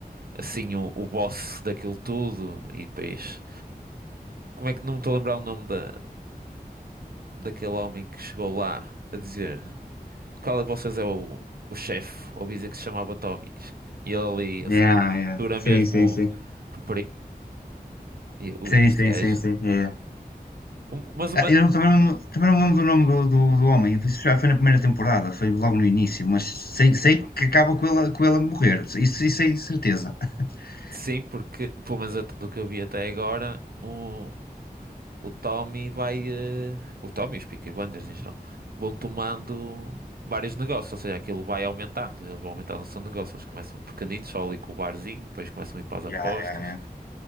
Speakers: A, on the right; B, on the left.
A: assim, o, o boss daquilo tudo e depois... Como é que não me estou a lembrar o nome da, daquele homem que chegou lá a dizer qual de vocês é o, o chefe? Ouvi dizer que se chamava Tommy. E ele ali,
B: Yeah,
A: assim,
B: yeah.
A: dura
B: Sim,
A: mesmo,
B: sim, sim.
A: o- E,
B: Sim,
A: ui,
B: sim,
A: este gajo...
B: sim, sim. Yeah.
A: Um- Mas uma,
B: Ah, eu não- também, não- também não me lembro do nome do, do, do homem. Isso já foi na primeira temporada, foi logo no início, mas sei, sei que acaba com ela, com ela morrer. Isso, isso é certeza. <laughs>
A: Sim, porque, pelo menos at- do que eu vi até agora, o, o Tommy vai. eh, o Tommy e os Peaky Blinders em geral vão tomando vários negócios, ou seja, aquilo vai aumentando. Eles vão aumentando o seu negócio. Eles começam pequeninos, só ali com o barzinho, depois começam a ir para as
B: Yeah,
A: apostas.
B: yeah, yeah.